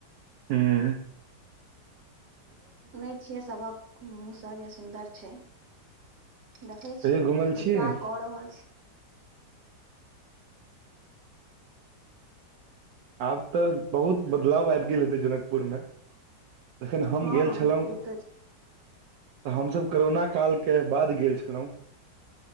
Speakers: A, on the right; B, on the right.
A: हूँ
B: सुनै छियै सभक मुँह सँ जे सुन्दर छै देखै
A: कहियो
B: छियै
A: घुमल छियै
B: विचार कऽ रहल छी
A: आब तऽ बहुत बदलाव आबि गेल हेतै जनकपुरमे तखन हम
B: हँ
A: गेल छलहुँ
B: से
A: तऽ
B: तऽ
A: हमसभ करोना कालके बाद गेल छलहुँ